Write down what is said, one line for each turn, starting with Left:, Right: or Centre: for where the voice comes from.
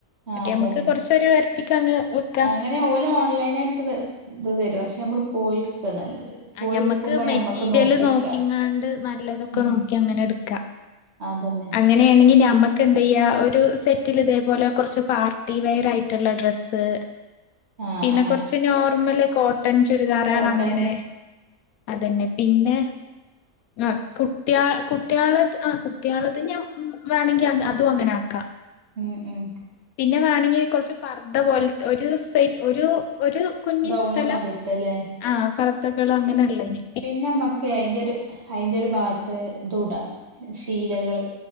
Right: ആ
Left: മറ്റെ ഞ്ഞമ്മക്ക്
Right: അതന്നെ
Left: കൊറച്ചൊരു വരറ്റിക്കങ്ങനെ വക്കാ
Right: അങ്ങനെ ഓല് ഓൺലൈനായിട്ട് ഇത് ഇത്‌ തരും പക്ഷെ നമ്മള് പോയിട്ക്കാ നല്ലത് പോയി
Left: ആഹ് ഞമ്മക്ക്
Right: എടുക്കുമ്പോ
Left: മെറ്റീരിയല്
Right: ഞമ്മക്ക് നോക്കി എടുക്കാ
Left: നോക്കിങ്ങാണ്ട് നല്ലതൊക്കെ
Right: ഉം
Left: നോക്കി അങ്ങനെ എടുക്കാ
Right: അതന്നെ
Left: അങ്ങനേണെങ്കി ഞ്ഞമ്മക്കെന്ത് ചെയ്യാ ഒരു സെറ്റില് ഇതേപോലെ കൊറച്ച് പാർട്ടീ വെയറായിട്ടുള്ള ഡ്രസ്സ്
Right: <inaudible>
Left: പിന്നെ
Right: ആ
Left: കൊറച്ച് നോർമ്മല് കോ ട്ടൺ ചുരിദാറേള്
Right: കോട്ടന്
Left: അങ്ങനെ അതന്നെ പിന്നെ ആഹ് കുട്ട്യേ കുട്ട്യേളത് ആ കുട്ട്യേളത് ഞ്ഞാൻ ഉം വേണെങ്കി അതും അങ്ങനെ ആക്കാം
Right: ഉം ഉം
Left: പിന്നെ വേണങ്കി കൊറച്ച് പർദ്ദ പോൽത്തെ ഒരു സൈ ഒരു ഒരു കുഞ്ഞി
Right: ഗൗണ്
Left: സ്ഥലം
Right: മാതിരിത്തല്ലേ
Left: ആ ഫർദ്ദക്കെയുള്ള അങ്ങനെ ഉള്ളേന്
Right: പിന്നെമ്മക്ക് അയിന്റെ ഒരു അയിന്റെ ഒരു ഭാഗത്ത് ഇതും ഇടാം ശീലകള്